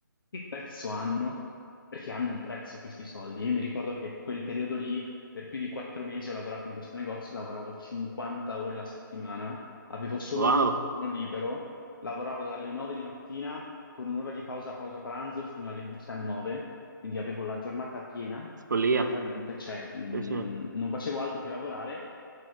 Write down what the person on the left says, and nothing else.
che prezzo hanno? Perché hanno un prezzo questi soldi. Io mi ricordo che quel periodo lì per più di quattro mesi ho lavorato in questo negozio, lavoravo 50 ore la settimana, avevo solo
un giorno libero, lavoravo dalle 9 di mattina con un'ora di pausa, pausa pranzo fino alle 19, quindi avevo la giornata piena
completamente, cioè mh, non,
non facevo altro che lavorare.